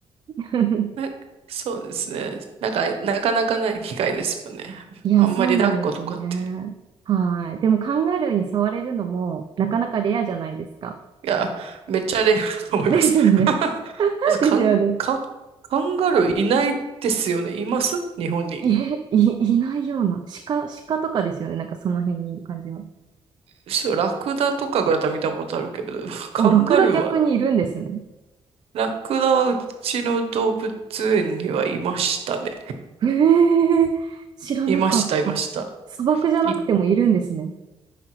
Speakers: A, on the right; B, on the right.
A: <laughs>
B: え、<laughs> そうですね。なんか、なかなかない機会ですもんね。
A: いや、
B: あんまり抱っことかって。
A: そうなんですよね。
B: い
A: はい。でもカンガルーに触れるのもなかなかレアじゃないですか。
B: や、めっちゃレアだと思います。
A: ですよね。
B: <laughs>
A: <laughs>
B: まず、カン、
A: ですよね。
B: カン、カンガルーいないですよね。います日本に。
A: え、い、<laughs> いないような。鹿、鹿とかですよね。なんかその辺にいる感じは。
B: そう、ラクダとかぐらいだったら見たことあるけど、<laughs> カンガルーは、
A: お、ラクダ逆にいるんですね。
B: ラクダはうちの動物園にはいましたね。
A: へえ、知らなかった。
B: いました、いました。
A: 砂漠じゃなくてもいるんですね。
B: い、